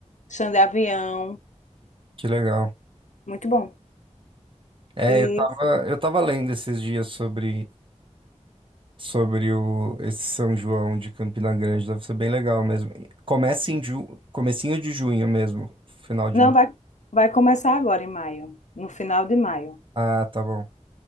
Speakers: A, on the left (about 75°); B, on the right (about 45°).
A: Xande Avião.
B: Que legal.
A: Muito bom.
B: É,
A: e
B: eu tava, eu tava lendo esses dias sobre, sobre o, esse São João de Campina Grande, deve ser bem legal mesmo. Começa em ju, comecinho de junho mesmo, final de
A: Não,
B: maio.
A: vai, vai começar agora em maio, no final de maio.
B: Ah, tá bom.